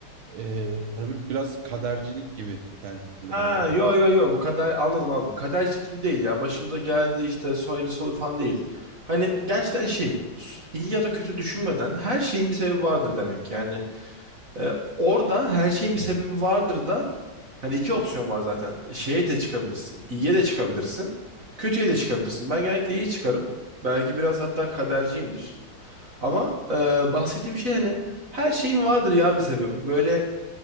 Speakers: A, on the right (about 80°); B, on the right (about 45°).
A: Ee, hani böyle biraz kadercilik gibi geldi bana.
B: Ha yo yo yo bu kadar anladım anladım. Kaderci gibi değil ya. Başımıza geldi işte söylesi olur falan değil. Hani gerçekten şey iyi ya da kötü düşünmeden her şeyin bir sebebi vardır demek. Yani e, orada her şeyin bir sebebi vardır da hani iki opsiyon var zaten. Şeye de çıkabilirsin. İyiye de çıkabilirsin. Kötüye de çıkabilirsin. Ben genellikle iyi çıkarım. Belki biraz hatta kaderciyimdir. Ama e, bahsettiğim şey hani her şeyin vardır ya bir sebebi. Böyle